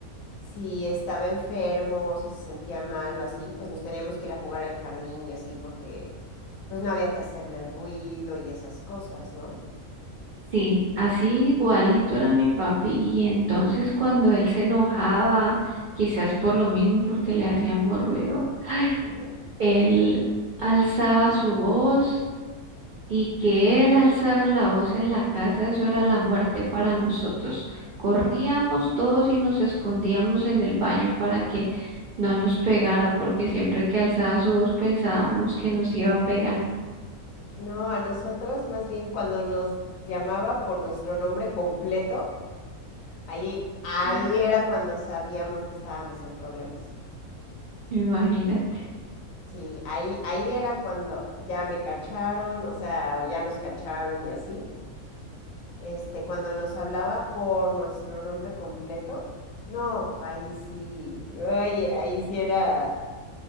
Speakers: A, on the left; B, on the right.
A: si estaba enfermo, si se sentía mal o así, pues nos teníamos que ir a jugar al jardín y así porque pues no había que hacerle ruido y esas cosas, ¿no?
B: sí, así igualito era mi papi. Y entonces cuando él se enojaba, quizás por lo mismo, porque le hacíamos ruido, ay,
A: Ujú.
B: él alzaba su voz y que él alzara la voz en la casa, eso era la muerte para nosotros. Corríamos todos y nos escondíamos en el baño para que no nos pegara, porque siempre que alzaba su voz pensábamos que nos iba a pegar.
A: No, a nosotros más bien cuando nos llamaba por nuestro nombre completo, ahí,
B: <gasps>
A: ahí era cuando sabíamos que estábamos en problemas.
B: Imagínate,
A: Sí, ahí, ahí era cuando ya me cacharon, o sea, o ya nos cacharon y así. Este, cuando nos hablaba por nuestro nombre completo, no, ahí sí, ay, ahí sí era